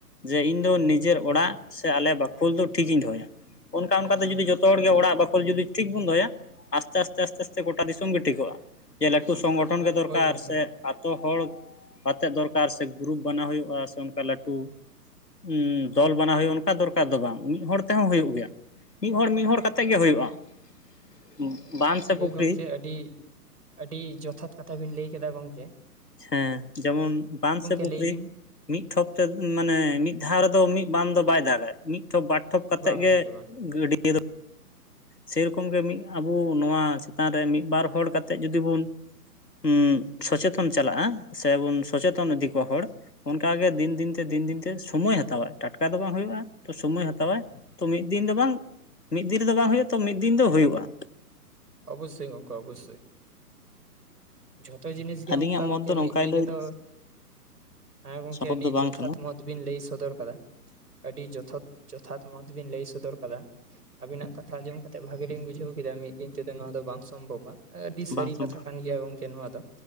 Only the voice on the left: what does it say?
ᱡᱮ ᱤᱧ ᱫᱚ ᱱᱤᱡᱮᱨ ᱚᱲᱟᱜ ᱥᱮ ᱟᱞᱮ ᱵᱟᱠᱷᱳᱞ ᱫᱚ ᱴᱷᱤᱠᱤᱧ ᱫᱚᱦᱚᱭᱟ ᱾ ᱚᱱᱠᱟ ᱚᱱᱠᱟᱛᱮ ᱡᱩᱫᱤ ᱡᱚᱛᱚ ᱦᱚᱲ ᱜᱮ ᱚᱲᱟᱜ ᱵᱟᱠᱷᱳᱞ ᱡᱩᱫᱤ ᱴᱷᱤᱠ ᱵᱚᱱ ᱫᱚᱦᱚᱭᱟ ᱾ ᱟᱥᱛᱮ ᱟᱥᱛᱮ ᱟᱥᱛᱮ ᱟᱥᱛᱮ ᱜᱚᱴᱟ ᱫᱤᱥᱚᱢ ᱜᱮ ᱴᱷᱤᱠᱚᱜᱼᱟ ᱾ ᱡᱮ ᱞᱟᱹᱴᱩ ᱥᱚᱝᱜᱚᱴᱷᱚᱱ ᱜᱮ ᱫᱚᱨᱠᱟᱨ
ᱥᱮ ᱡᱚᱛᱚ ᱦᱚᱲ ᱟᱛᱮᱜ ᱫᱚᱨᱠᱟᱨ ᱥᱮ ᱜᱨᱩᱯ ᱵᱮᱟᱱᱟᱣ ᱦᱩᱭᱩᱜᱼᱟ, ᱥᱮ ᱚᱱᱠᱟ ᱞᱟᱹᱴᱩ ᱩᱸ ᱫᱚᱞ ᱵᱮᱟᱱᱟᱣ ᱦᱩᱭᱩᱜᱼᱟ ᱚᱱᱠᱟ ᱫᱚᱨᱠᱟᱨ ᱫᱚ ᱵᱟᱝ ᱢᱤᱫ ᱦᱚᱲ ᱛᱮᱦᱚᱸ ᱦᱩᱭᱩᱜ ᱜᱮᱭᱟ ᱾ ᱢᱤᱫ ᱦᱚᱲ ᱢᱤᱫ ᱦᱚᱲ ᱠᱟᱛᱮᱜ ᱜᱮ ᱦᱩᱭᱩᱜᱼᱟ ᱾ ᱵᱟᱸᱫ ᱥᱮ
ᱯᱩᱠᱷᱨᱤ
ᱦᱮᱸ ᱡᱮᱢᱚᱱ ᱵᱟᱸᱫ ᱥᱮ ᱯᱩᱠᱷᱨᱤ
ᱢᱤᱫ ᱴᱷᱚᱯ ᱛᱮ ᱢᱟᱱᱮ ᱢᱤᱫ ᱫᱷᱟᱣ ᱨᱮᱫᱚ ᱢᱤᱫ ᱵᱟᱱ ᱫᱚ ᱵᱟᱭ ᱫᱟᱜᱟ, ᱢᱤᱫ ᱢᱤᱫ ᱴᱷᱚᱯ ᱵᱟᱨ ᱴᱷᱚᱯ ᱠᱟᱛᱮ
ᱜᱮ
ᱜᱟᱹᱰᱭᱟᱹ ᱫᱚ ᱥᱮᱭᱨᱚᱠᱚᱢ ᱜᱮ ᱢᱤᱫ ᱟᱵᱩ ᱱᱚᱣᱟ ᱪᱮᱛᱟᱱ ᱨᱮ ᱢᱤᱫ ᱵᱟᱨ ᱦᱚᱲ ᱠᱟᱛᱮᱫ ᱡᱩᱫᱤ ᱵᱚᱱ ᱩᱸᱜ ᱥᱚᱪᱮᱛᱚᱱ ᱪᱟᱞᱟᱜᱼᱟ, ᱥᱮᱵᱚᱱ ᱥᱚᱪᱮᱛᱚᱱ ᱤᱫᱤ ᱠᱚᱣᱟ ᱦᱚᱲ ᱚᱱᱠᱟᱜᱮ ᱫᱤᱱ ᱫᱤᱱᱛᱮ ᱫᱤᱱ ᱫᱤᱱᱛᱮ ᱥᱚᱢᱚᱭ ᱦᱟᱛᱟᱣᱟᱭ, ᱴᱟᱴᱠᱟ ᱫᱚ ᱵᱟᱝ ᱦᱩᱭᱩᱜᱼᱟ ᱾ ᱛᱚ ᱥᱚᱢᱚᱭ ᱦᱟᱼᱼ ᱛᱚᱵᱮ ᱛᱮ ᱢᱤᱫ ᱫᱤᱱ ᱫᱚ ᱵᱟᱝ ᱢᱤᱫ ᱫᱤᱱ ᱨᱮᱫᱚ ᱵᱟᱝ ᱦᱳᱭᱳᱜᱼᱟ, ᱛᱚ ᱢᱤᱫ ᱫᱤᱱ ᱫᱚ ᱦᱳᱭᱳᱜ-ᱟ ᱾
ᱟᱹᱞᱤᱧᱟᱜ
ᱢᱚᱛ
ᱫᱚ ᱱᱚᱝᱠᱟᱭ
ᱞᱟᱹᱭ
ᱥᱚᱢᱵᱷᱚᱵ
ᱫᱚ ᱵᱟᱝ
ᱠᱟᱱᱟ
ᱵᱟᱝ ᱥᱚᱢᱵᱷᱚᱵ